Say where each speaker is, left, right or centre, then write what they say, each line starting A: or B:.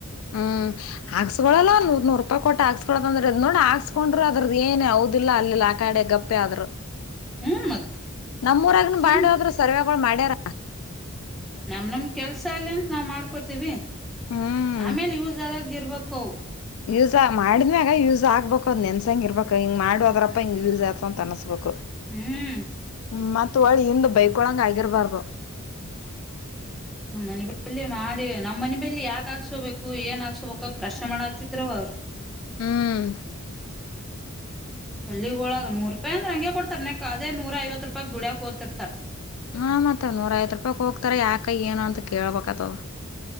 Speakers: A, on the left (about 70°); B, in the centre.
A: ಹ್ಮ್. ಹಾಕ್ಸ್ಕೊಲ್ಲ ನೂರ್ ನೂರು ರೂಪಾಯಿ ಕೊಟ್ಟ ಹಾಸ್ಕೋ ಅಂದ್ರೆ ನೋಡಿ ಹಾಕ್ಸ್ಕೊಂಡ್ರು ಅದರ ದ ಏನಿಲ್ಲಾ ಹೌದಿಲ್ಲ ಅಲ್ಲಿಲಾ ಆಕಡೆ ಗಪ್ ಗಪ್ಪೆ ಆದ್ರ.
B: ಹೂ ಮತ್
A: ನಮ್ಮ ಊರಗನು
B: ಸುಮ್
A: ಮಾಡಿ ಹೊದ್ರರು ಸರ್ವೆಗಳು ಮಾಡ್ಯಾರ.
B: ನಮ್ ನಮ್ ಕೆಲಸ ಅಲ್ಲಿ ಅಂತ ನಾವು ಮಾಡ್ಕೊತಿವಿ
A: ಹ್ಮ್
B: ಆಮೇಲೆ ಯೂಸ್ ಆಗಿರ್ಬೇಕುವು.
A: ಯೂಸ್ ಮಾಡಿದ ಮ್ಯಾಗ ಯೂಸ್ ಆಗ್ಬೇಕು ಅದು ನೆನ್ಸಂಗ ಇರ್ಬೇಕು ಹಿಂಗ ಮಾಡಿ ಹೋದ್ರಪ್ಪ ಹಿಂಗ ಯೂಸ್ ಆತು ಅಂತ ಅನ್ಸಬೇಕು.
B: ಹ್ಮ್
A: ಹ್ಮ ಮತ್ತ್ ಒಳ್ ಹಿಂದ್ ಬೈಕೊಳಂಗ್ ಆಗಿರ್ಬಾದು.
B: ನಮ್ಮ್ ಮನೆ ಬಿ ಮಾಡಿ ನಮ್ಮ ಮನೆ ಬಿಳಿ ಯಾಕ್ ಹಾಕ್ಸೋಬೇಕು ಏನ್ ಹಾಕ್ಸೋಬೇಕು ಅ ಪ್ರಶ್ನೆ ಮಾಡತಿದ್ರ ಅವ್ರು. <inaudible>
A: ಹ್ಮ್
B: <inaudible> ಹಳ್ಳಿ ಒಳಗ್ ನೂರ್ ರೂಪಾಯಿ ಅಂದ್ರ ಹಂಗೆ ಕೊಡ್ತಾರೆ ನಕ ಅದೇ ನೂರ ಐವತ್ ರೂಪಯ್ ದುಡಿಯಕ ಓತಿರ್ತರ್.
A: ಹಾ ಮತ್ತೆ ನೂರ್ ಐವತ್ತ್ ರೂಪಾಯಕ್ ಹೋಗ್ತಾಯಿರ್ತರ ಯಾಕ ಏನ್ ಅಂತ ಕೇಳ್ ಬೇಕಾತದ.